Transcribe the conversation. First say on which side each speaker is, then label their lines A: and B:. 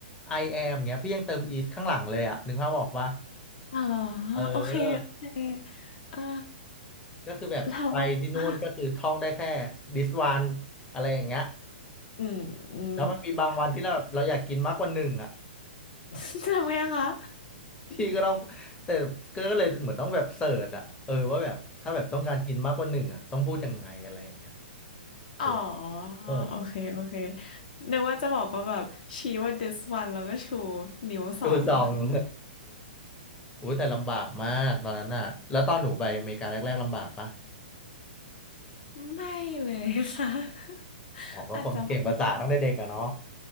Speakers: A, on the left; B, on the left.
A: I am เงี้ยพี่ยังเติม is ข้างหลังเลยอะนึกภาพออกปะ
B: อ๋อ
A: เออ
B: โอเคโอเคอ่า
A: ก็คือแบบไปที่นู่นก็คือท่องได้แค่
B: เราว่าอ่ะ
A: this one อะไรอย่างเงี้ย
B: อืมอืม
A: แล้วมันมีบางวันที่เราแบบเราอยากกินมากกว่าหนึ่งอะ
B: <laughs> ทำไงคะ
A: พี่ก็ต้องแต่ก็เลยเหมือนต้องแบบเสิร์ชอะเออว่าแบบถ้าแบบต้องการกินมากกว่าหนึ่งอะต้องพูดยังไงอะไรอย่างเงี้ย
B: อ๋อ
A: เออเออ
B: โอเคโอเคนึกว่าจะบอกก็แบบชี้ว่า this one แล้วก็ชูนิ้วสอง
A: ดูซอง <laughs> อุ้ยแต่ลำบากมากตอนนั้นน่ะแล้วตอนหนูไปอเมริกาแรกๆลำบากปะ
B: ไม่เลยค่ะ <laughs>
A: อ๋อก็คนมันเก่งภาษาตั้งแต่เด็กอะเนาะ
B: อาจจะเพราะว่า